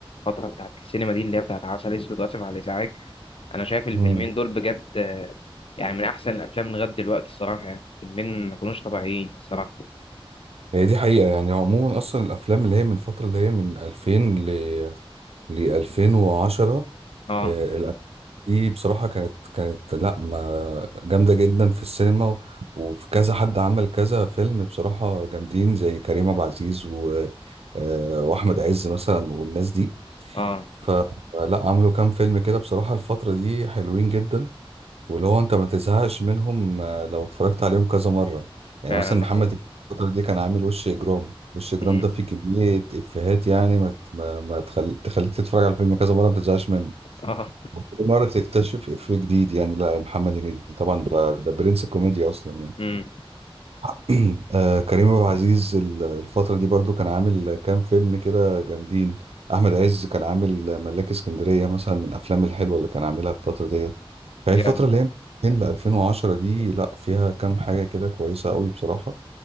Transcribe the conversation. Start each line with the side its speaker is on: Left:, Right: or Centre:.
Left: الفتره بتاعت السينما دي اللي هي بتاعت عسل اسود واسف على الازعاج انا شايف الفيلمين
Right: امم
Left: دول بجد آه، يعني من احسن الافلام لغايه دلوقتي الصراحه يعني فيلمين ما كانوش طبيعيين الصراحه
Right: هي دي حقيقة يعني عموما أصلا الأفلام اللي هي من فترة اللي هي من 2000 ل ل 2010
Left: اه
Right: آه، الأفلام دي بصراحة كانت كانت لا ما جامدة جدا في السينما و- وفي كذا حد عمل كذا فيلم بصراحة جامدين زي كريم عبد العزيز و آه، وأحمد عز مثلا والناس دي
Left: اه
Right: فلا عملوا كام فيلم كده بصراحة الفترة دي حلوين جدا واللي هو أنت ما تزهقش منهم آه، لو اتفرجت عليهم كذا مرة يعني
Left: فعلا
Right: مثلا محمد
Left: ده حقيقي
Right: الفترة دي كان عامل وش إجرام وش إجرام
Left: امم
Right: ده فيه كمية إفيهات يعني ما ت- ما ما تخل... تخليك تتفرج على الفيلم كذا مرة ما تزهقش منه
Left: اه
Right: كل مرة تكتشف إفيه جديد يعني لا محمد هنيدي طبعا ده ده برنس الكوميديا أصلا يعني
Left: امم
Right: <clears throat> آه كريم عبد العزيز ال- الفترة دي برضو كان عامل كام فيلم كده جامدين أحمد عز كان عامل ملاك اسكندرية مثلا من الأفلام الحلوة اللي كان عاملها في الفترة ديت فهي
Left: بجد
Right: الفترة اللي هي 2000 ل 2010 دي لا فيها كام حاجة كده كويسة قوي بصراحة